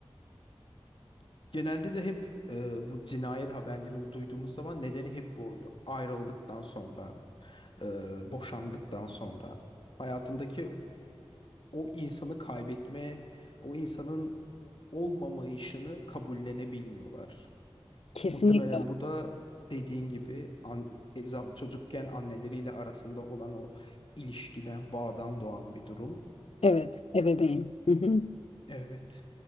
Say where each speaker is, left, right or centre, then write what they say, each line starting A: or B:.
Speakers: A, on the left; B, on the left.
A: Genelde de hep e, bu cinayet haberlerini duyduğumuz zaman nedeni hep bu oluyor. Ayrıldıktan sonra, e, boşandıktan sonra hayatındaki o insanı kaybetme, o insanın olmamayışını kabullenebilmiyorlar.
B: Kesinlikle.
A: Muhtemelen bu da dediğin gibi an- e, za- çocukken anneleriyle arasında olan o ilişkiden, bağdan doğan bir durum.
B: Evet, ebeveyn. Hı hı.
A: Evet.